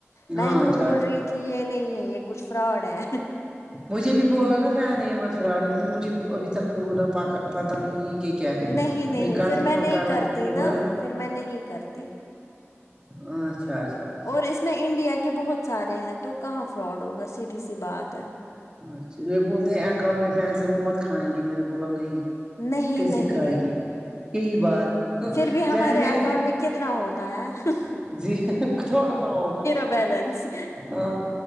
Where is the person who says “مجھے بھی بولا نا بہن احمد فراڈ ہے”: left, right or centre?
Right